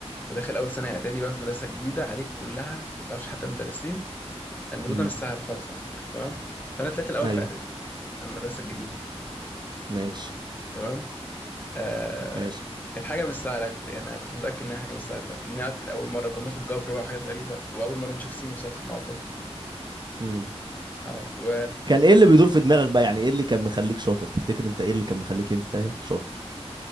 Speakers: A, on the left; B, on the right.
A: وداخل اول سنه اعدادي بقى في مدرسه جديده عليك كلها ما تعرفش حتى المدرسين الموضوع
B: امم
A: ده مش سهل خالص على فكره تمام فانا طلعت الاول
B: ايوه
A: في اعدادي على المدرسه الجديده
B: ماشي
A: تمام آه
B: ماشي
A: كانت حاجه مش سهله كنت يعني أنا كنت متاكد انها حاجه مش سهله دلوقتي انها كانت اول مره كنا بناخد جبر بقى وحاجات غريبه واول مره نشوف سين وصاد في المعادلات
B: امم
A: اه و
B: كان ايه اللي بيدور في دماغك بقى يعني ايه اللي كان مخليك شاطر تفتكر انت ايه اللي كان مخليك انت شاطر